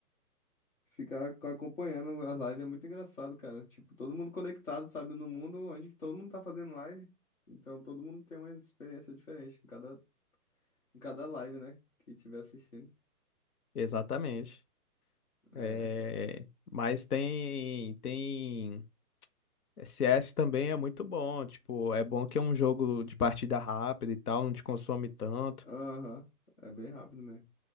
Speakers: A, on the left; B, on the left.
A: Ficar ac- acompanhando as lives é muito engraçado, cara. Tipo, todo mundo conectado, sabe, no mundo onde todo mundo tá fazendo live. Então, todo mundo tem uma experiência diferente em cada, em cada live, né? Que tiver assistindo.
B: Exatamente.
A: É.
B: É... Mas tem, tem... CS também é muito bom. Tipo, é bom que é um jogo de partida rápida e tal, não te consome tanto.
A: Aham. É bem rápido mesmo.